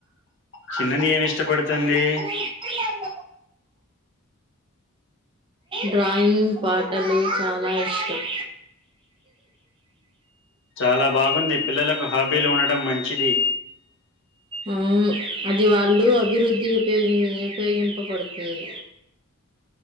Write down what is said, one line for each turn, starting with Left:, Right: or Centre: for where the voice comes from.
Left: చిన్నది ఏమి ఇష్టపడుతుంది
Right: ఎక్క డ్రాయింగ్ పాటలూ చాలా ఇష్టం
Left: చాలా బాగుంది పిల్లలకు హాబీలు ఉండడం మంచిది
Right: అవును అది వాళ్ళు అభివృద్ధి ఉపయోగిం ఉపయోగింపబడుతది